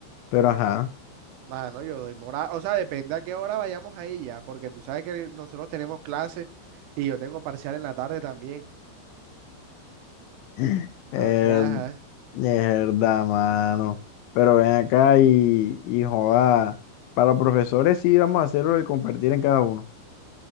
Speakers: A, on the left (about 80°); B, on the right (about 80°).
A: pero ajá. <sniffs>
B: Mano, yo doy moral. O sea, depende a qué hora vayamos ahí ya, porque tú sabes que nosotros tenemos clases y yo tengo parcial en la tarde también.
A: <laughs>
B: Entonces,
A: Eh,
B: ajá.
A: es verdad, mano. Pero ven acá y, y joda. Para los profesores sí vamos a hacerlo y compartir en cada uno.